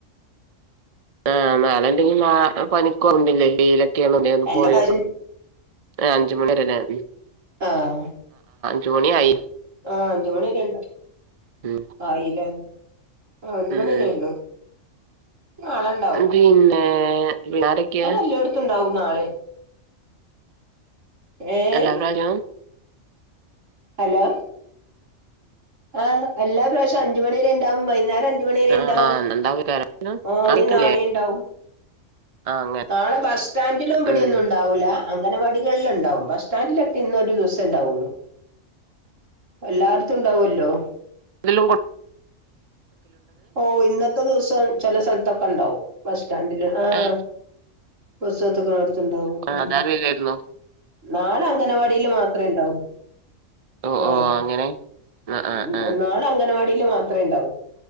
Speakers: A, on the right; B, on the right.
A: ആഹ് നാളെ ഇണ്ടെങ്കിൽ <unintelligible>
B: എല്ലാ
A: പോയൊക്കണം
B: പ്രാവശ്യം
A: ആഹ് അഞ്ച്മണി വരേ ലെ മ്
B: ആഹ്
A: ചോണി ആയി
B: ആ അഞ്ചുമണ്യരെണ്ട്
A: ഉം
B: ആയില്ലേ ആഹ് അഞ്ചുമണ്യരേ
A: ഉം.
B: ഒള്ളു നാളെണ്ടാവും
A: പിന്നെ പിന്നെ ആരൊക്കെയാ
B: അതെലോട്ത്തു ണ്ടാവും നാളെ ഏഹ്
A: എല്ലാ പ്രാവശ്യോം
B: ഹലോ ആഹ് എല്ലാ പ്രാവശ്യ അഞ്ച് മണ്യരേണ്ടാവും വൈന്നാരം അഞ്ച് മണ്യരേണ്ടാവും
A: ആഹ് ആഹ് ഉണ്ടാവക്കാരം
B: ഓ
A: ആഹ്
B: ഇഞ്
A: കേൾക്കണില്ലേ
B: നാളിണ്ടാവും
A: ആഹ് അങ്ങനെ
B: നാളെ ബസ്സ്സ്റ്റാൻഡിലും ഇബടെന്നുണ്ടാവൂല
A: ഉം
B: അങ്കനവാടികളില്ണ്ടാവും ബസ് സ്റ്റാൻഡിലൊക്കെ ഇന്ന് ഒരു ദിവസേ ണ്ടാവൊള്ളു. എല്ലാട്ത്തുണ്ടാവല്ലോ
A: അതിലും കൊ
B: ഓഹ് ഇന്നത്തെ ദിവസം ചെല സ്ഥൽത്തൊക്കെണ്ടാവും ബസ് സ്റ്റാൻഡില് ആഹ്
A: ഏഹ്
B: ബസ്സാത്ത്ക്കണോട്ത്ത്ണ്ടാവും ഉം
A: അതറിയില്ലായിരുന്നു
B: നാളെ അംങ്കനവാടില് മാത് ത്രേണ്ടാവൂ
A: ഓ
B: ആഹ്
A: ഓ അങ്ങനെ ആഹ്
B: ഉം
A: ആഹ് ആഹ്
B: നാളെ അംങ്കനവാടില് മാത്രേ ണ്ടാവൂ